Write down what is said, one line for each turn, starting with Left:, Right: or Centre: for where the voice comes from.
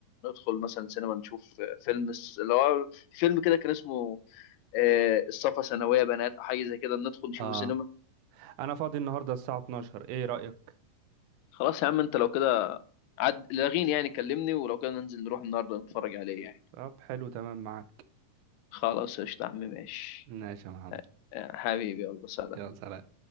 Left: ندخل مثلا سينما نشوف آه، فيلم الس- اللي هو فيلم كده كان اسمه آه، الصفا ثانويه بنات او حاجه زي كده ندخل نشوفه
Right: اه
Left: سينما
Right: انا فاضي النهارده الساعة 12 ايه رأيك
Left: خلاص يا عم انت لو كده عد لاغيني يعني كلمني ولو كده ننزل نروح النهارده نتفرج عليه يعني
Right: طب حلو تمام معاك
Left: خلاص قشطة يا عم ماشي
Right: ماشي يا محمد
Left: آه، حبيبي يلا سلام
Right: يا سلام